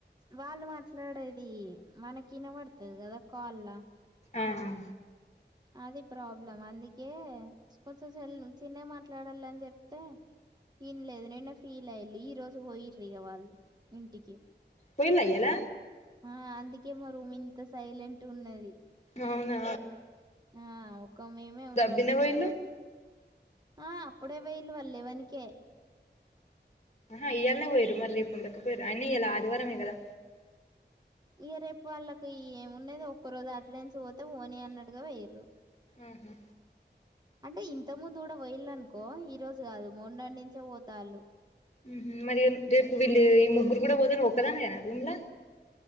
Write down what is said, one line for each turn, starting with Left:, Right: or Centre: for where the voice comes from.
Right: వాళ్ళు మాట్లాడేది మనకిన పడుతుది కదా కాల్ ల
Left: ఆ
Right: అది ప్రాబ్లం అందుకే కొంచెంల్ చిన్న మాట్లాడాలని చెప్తే విన్లేదు నిన్న ఫీల్ అయి ఈ రోజు పోయిర్రీ వాళ్ళు ఇంటికి
Left: పోయిన్న ఇయ్యాల
Right: ఆ అందుకే మా రూమ్ ఇంత సైలెంట్ ఉన్నది
Left: అవునా
Right: ఆ ఒక మేమే ఉన్నాము
Left: దబ్బిన
Right: ఒక
Left: పోయిల్లు
Right: ఫోన్ ఆ అప్పుడే పోయిలు వాళ్ళు లేవన్ కే
Left: హా ఇయ్యాలనే పోయరు మరి రేపు ఉండకు పోయరు అయిన్న ఇయల ఆదివారమే కదా
Right: ఇ రేపు వాళ్ళకి ఏమున్నది ఒక్క రోజు అటడెన్స్ పోతే ఓనీ అన్నడుగా వయ్యు
Left: ఊహు
Right: అంటే ఇంత ముందు కూడా పోయిల్లనుకో ఈ రోజు కాదు మొన్న నుంచే పోతాళ్ళు
Left: ఊహు మరి రేపు వీళ్ళు ఈ ముగ్గురు కూడా పోతేని నువ్వు ఒక్కదానివేన ఇండ్ల